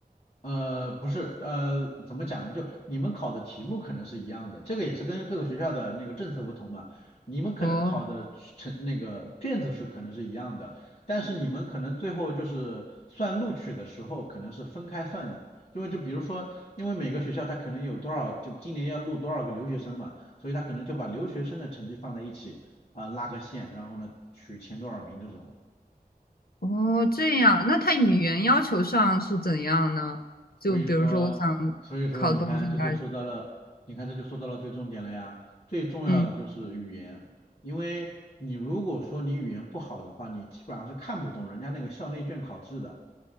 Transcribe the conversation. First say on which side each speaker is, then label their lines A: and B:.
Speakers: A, on the left (about 45°); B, on the left (about 70°).
A: 呃，不是，呃，怎么讲呢？就你们考的题目可能是一样的，这个也是跟各个学校的那个政策不同嘛。你们可能考的成那个卷子是可能是一样的，
B: 哦
A: 但是你们可能最后就是算录取的时候可能是分开算的，因为就比如说，因为每个学校它可能有多少，就今年要录多少个留学生嘛，所以他可能就把留学生的成绩放在一起啊，拉个线，然后呢取前多少名这种。
B: 哦，这样，那它语言要求上是怎样呢？
A: 所以说，
B: 就比如说，我想考东京大学，
A: 所以说，你看，这就说到了，你看这就说到了最重点了呀。最重要的就是语言，
B: 嗯，
A: 因为你如果说你语言不好的话，你基本上是看不懂人家那个校内卷考试的。